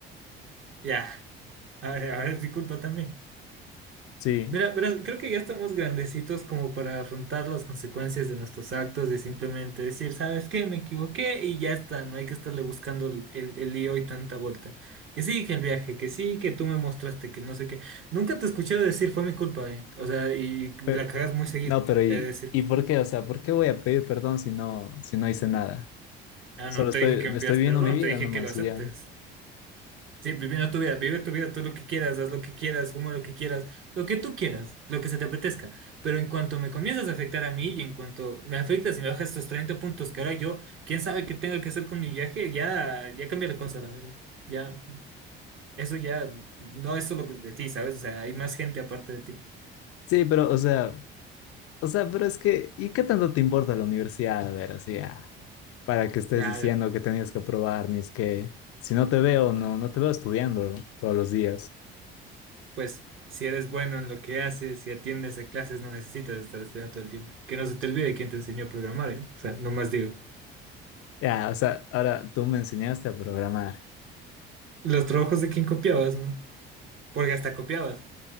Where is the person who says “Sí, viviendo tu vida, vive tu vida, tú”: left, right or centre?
Right